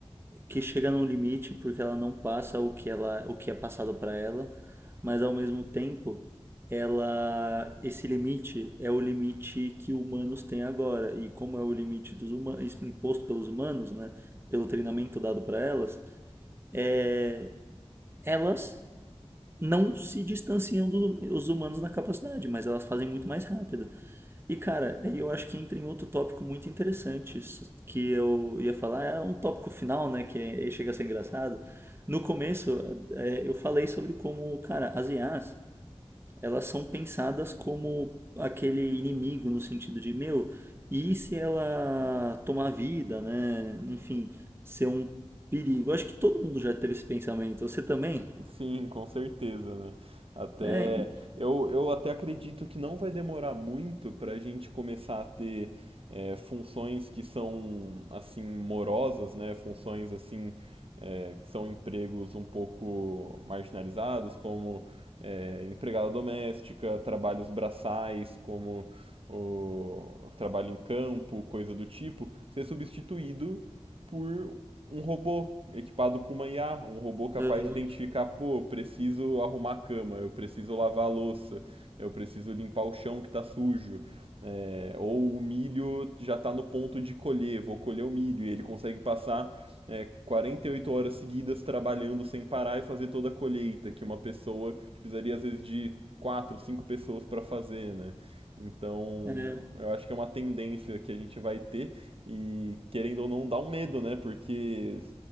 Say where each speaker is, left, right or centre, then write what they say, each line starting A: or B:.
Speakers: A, on the right (about 25°); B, on the right (about 60°).
A: que chega num limite, porque ela não passa o que ela, o que é passado para ela, mas ao mesmo tempo, ela, esse limite é o limite que humanos têm agora. E como é o limite dos humanos, imposto pelos humanos, né, pelo treinamento dado para elas, é, elas não se distanciam dos humanos na capacidade, mas elas fazem muito mais rápido. E, cara, aí eu acho que entra em outro tópico muito interessante, isso que eu ia falar, é um tópico final, né, que é- chega a ser engraçado. No começo, é, eu falei sobre como, cara, as IAs, elas são pensadas como aquele inimigo no sentido de, meu, e se ela tomar vida, né, enfim, ser um perigo. acho que todo mundo já teve esse pensamento, você também?
B: Sim, com certeza, né? Até
A: É, e-
B: eu, eu até acredito que não vai demorar muito para a gente começar a ter é, funções que são assim morosas, né? Funções assim é, que são empregos um pouco marginalizados, como é, empregada doméstica, trabalhos braçais, como o trabalho em campo, coisa do tipo, ser substituído por um robô equipado com uma IA, um robô capaz
A: Aham.
B: de identificar, pô, eu preciso arrumar a cama, eu preciso lavar a louça, eu preciso limpar o chão que está sujo. É, ou o milho já está no ponto de colher, vou colher o milho, e ele consegue passar é, 48 horas seguidas trabalhando sem parar e fazer toda a colheita, que uma pessoa que precisaria às vezes de 4, 5 pessoas para fazer, né? Então,
A: É,
B: eu acho que é uma tendência que a gente vai ter e querendo ou não, dá um medo, né? Porque